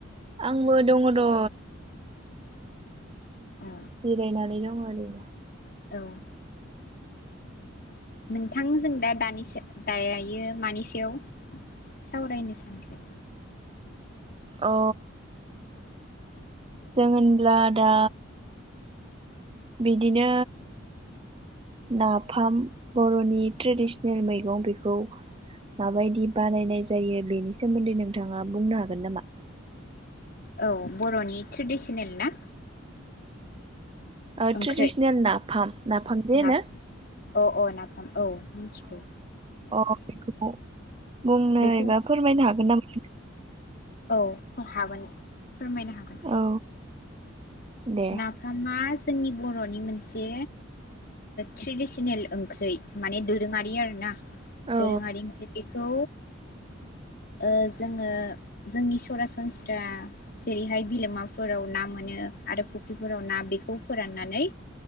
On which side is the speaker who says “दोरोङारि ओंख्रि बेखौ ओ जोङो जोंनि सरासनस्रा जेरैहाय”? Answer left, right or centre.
Left